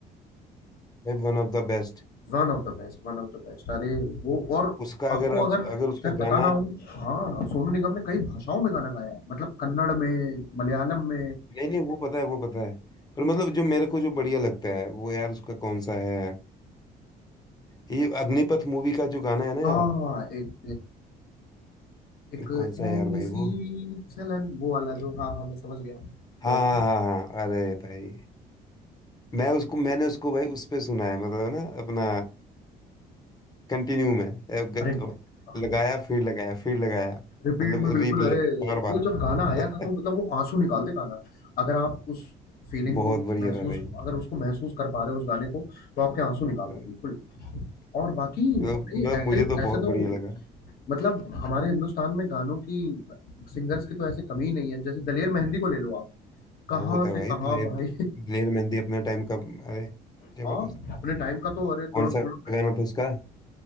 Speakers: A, on the left (about 25°); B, on the left (about 60°).
A: भाई वन ऑफ द बेस्ट
B: One of the best one of the best अरे वो और
A: उसका
B: आपको
A: अगर आप
B: अगर
A: अगर उसका
B: शायद पता
A: गाना
B: ना हो हाँ सोनू निगम ने कई भाषाओं में गाना गाया है मतलब कन्नड़ में मलयालम में
A: नहीं नहीं वो पता है वो पता है पर मतलब जो मेरे को जो बढ़िया लगता है वो यार उसका कौन सा है ये अग्निपथ मूवी का जो गाना है ना
B: हाँ
A: यार
B: एक एक
A: कौन सा है यार भाई
B: ऐसी
A: वो
B: चलन वो वाला जो हाँ हाँ मैं समझ गया जो
A: हाँ हाँ हाँ हाँ अरे भाई मैं उसको मैंने उसको भाई उस पे सुना है मतलब ना अपना कंटिन्यू में अ, ग-
B: अरे
A: ग-
B: हाँ
A: लगाया फिर लगाया फिर लगाया
B: रिपीट
A: मतलब
B: में बिल्कुल
A: रिप्ले
B: अरे
A: पे बार बार
B: वो जब गाना आया
A: <laughs>
B: था तो मतलब वो आंसू निकाल दे गाना अगर आप उस फीलिंग
A: बहुत
B: को
A: बढ़िया
B: महसूस
A: था भाई
B: अगर उसको महसूस कर पा रहे हो उस गाने को तो आपके आंसू निकाल
A: मतलब
B: दे बिल्कुल और बाकी
A: मतलब
B: भाई
A: मुझे
B: ऐसे
A: तो बहुत
B: ऐसे तो
A: बढ़िया लगा
B: मतलब हमारे हिंदुस्तान में गानों की सिंगर्स की तो ऐसे कमी ही नहीं है जैसे दलेर मेहंदी को ले लो आप कहाँ
A: बहुत है भाई
B: से कहाँ
A: दिलेर
B: भाई
A: दिलेर मेहंदी अपने टाइम का अरे
B: <laughs>
A: जबरदस्त
B: हाँ अपने टाइम का तो अरे
A: कौन
B: तुड़क
A: सा गाना था उसका